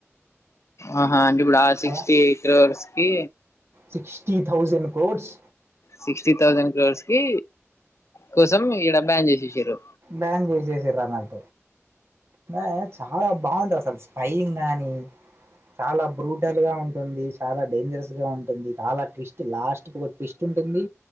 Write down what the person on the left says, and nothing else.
ఆ ఆ అంటే ఇప్పుడు ఆ సిక్స్టీ
క్రోర్స్ కి
sixty thousand crores కి కోసం ఇడ బ్యాన్ చేసేషిరు